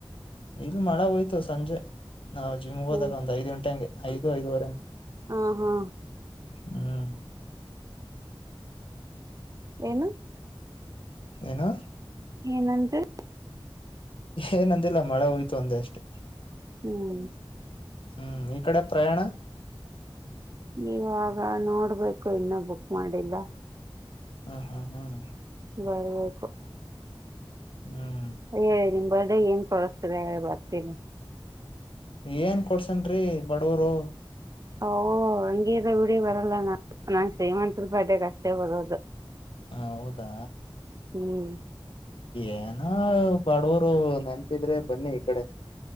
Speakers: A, on the left; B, on the right.
A: ಇಲ್ ಮಳ ಹೋಯ್ತು ಸಂಜೆ ನಾವ್ ಜಿಮ್ ಹೋದಾಗಂದ್
B: ಹ್ಮ್
A: ಐದ್ ಗಂಟೆಂಗೆ ಐದು ಐದುವರೆಗೆ
B: ಹಾ ಹಾ
A: ಹ್ಮ್
B: ಏನು
A: ಏನು
B: ಏನಂದ್ರೆ
A: ಏನಂದಿಲ್ಲ ಮಳೆ ಹೋಯ್ತು ಒಂದ ಅಷ್ಟೆ
B: ಹ್ಮ್
A: ಹ್ಮ್ ಕಡೆ ಪ್ರಯಾಣ
B: ನೀವಾಗ ನೋಡ್ಬೇಕು ಇನ್ನೂ ಬುಕ್ ಮಾಡಿಲ್ಲ
A: ಹ್ಮ್ ಹ್ಮ ಹ್ಮ್
B: ಬರ್ಬೇಕು
A: ಹ್ಮ್
B: ಹೇಳಿ ನಿಮ್ ಬರ್ಡೆ ಏನ್ ಕೊಳಸ್ತದೆ ಬರ್ತೀನಿ
A: ಏನ್ ಕೊಡ್ಸನ್ ಬಡವರು
B: ಓ ಹಂಗೀದ ಬಿಡಿ ಬರಲ್ಲ ನ ನಾನ್ ಶ್ರೀಮಂತರ ಪೇಟೆಗ ಅಷ್ಟೇ ಬರೋದು
A: ಹಾ ಹೌದಾ
B: ಹ್ಮ್
A: ಏನ ಬಾಡವರು ನೆನಪಿದ್ರೆ ಬನ್ನಿ ಈ ಕಡೆ